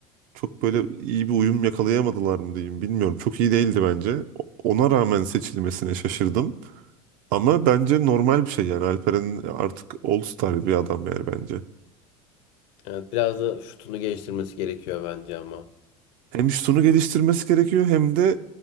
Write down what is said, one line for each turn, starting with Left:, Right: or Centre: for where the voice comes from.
Right: çok böyle iyi bir uyum yakalayamadılar mı diyeyim bilmiyorum. Çok iyi değildi bence. O- Ona rağmen seçilmesine şaşırdım. Ama bence normal bir şey yani. Alperen'in artık All-Star bir adam yani bence.
Left: Evet, biraz da şutunu geliştirmesi gerekiyor bence ama.
Right: Hem şutunu geliştirmesi gerekiyor hem de